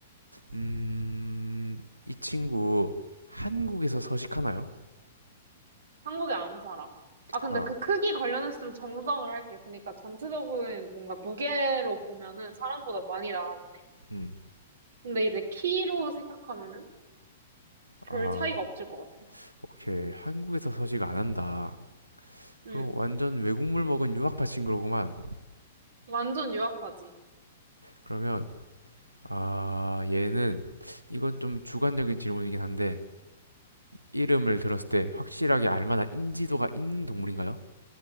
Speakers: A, on the right; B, on the right.
A: 음, 이 친구 한국에서 서식하나요?
B: 한국에 안 살아. 아, 근데
A: 아,
B: 그 크기 관련해서 좀 정정을 할게. 그러니까 전체적인 뭔가 무게로 보면은 사람보다 많이 나가긴 해.
A: 음,
B: 근데 이제 키로 생각하면은 별
A: 아,
B: 차이가 없을 것 같아.
A: 오케이. 한국에서 서식 안 한다.
B: 응.
A: 그럼 완전 외국물 먹은 유학파 친구로구만.
B: 완전 유학파지.
A: 그러면 아 얘는 이건 좀 주관적인 질문이긴 한데 이름을 들었을 때 확실하게 알 만한 인지도가 있는 동물인가요?